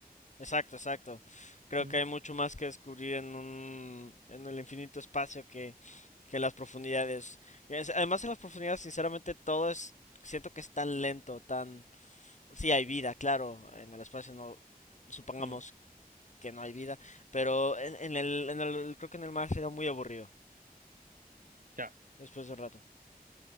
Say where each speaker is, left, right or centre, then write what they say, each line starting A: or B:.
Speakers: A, on the left; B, on the right.
A: exacto, exacto. Creo
B: Mm,
A: que hay mucho más que descubrir en un, en el infinito espacio que, que las profundidades. Y es- Además, en las profundidades, sinceramente, todo es. Siento que es tan lento, tan. Sí, hay vida, claro. En el espacio no. Supongamos
B: mm,
A: que no hay vida. Pero en, en el, en el. Creo que en el mar será muy aburrido.
B: ya.
A: Después de un rato.